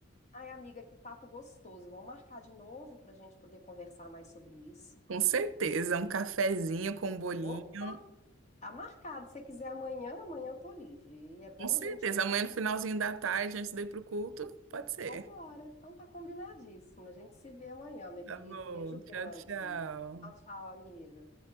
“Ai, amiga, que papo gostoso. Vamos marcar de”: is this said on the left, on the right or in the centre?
Left